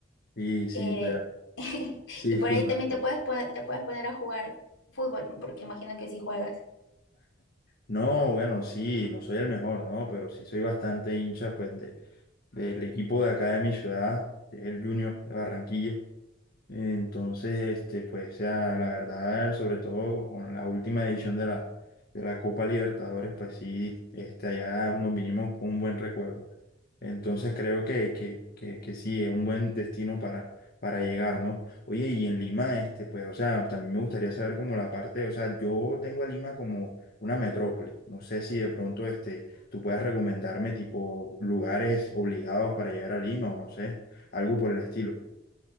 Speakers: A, on the left; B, on the left.
A: Sí, sí,
B: Eh,
A: real.
B: <laughs>
A: Sí,
B: y
A: disculpa.
B: por ahí también te puedes, po- te puedes poner a jugar fútbol, porque imagino que si juegas.
A: No, bueno, sí, no soy el mejor, ¿no? Pero sí soy bastante hincha, pues, de, del equipo de acá de mi ciudad, que es el Junior de Barranquilla. Entonces, este, pues ya, la verdad, sobre todo con la última edición de la, de la Copa Libertadores, pues sí, este, allá nos vinimos con un buen recuerdo. Entonces creo que, que, que, que sí, es un buen destino para, para llegar, ¿no? Oye, y en Lima, este, pues, o sea, también me gustaría saber como la parte, o sea, yo tengo a Lima como una metrópoli. No sé si de pronto, este, tú puedas recomendarme tipo lugares obligados para llegar a Lima o no sé, algo por el estilo.